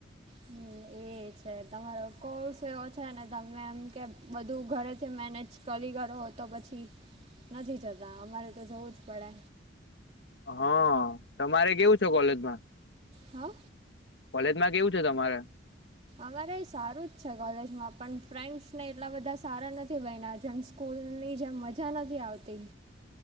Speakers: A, on the right; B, on the left.
A: હમ એ છે તમારો કોર્સ છે ને તમે એમ કે બધું ઘરેથી મેનેજ કરી કરો તો પછી, નથી જતા અમારે તો જવું જ પડે
B: હા તમારે કેવું છે કોલેજમાં?
A: હા
B: કોલેજમાં કેવું છે તમારે?
A: અમારે સારું જ છે કોલેજમાં પણ ફ્રેન્ડસ ને એટલા બધા સારા નથી બનને જેમ <unintelligible> સ્કૂલની જેમ મજા નથી આવતી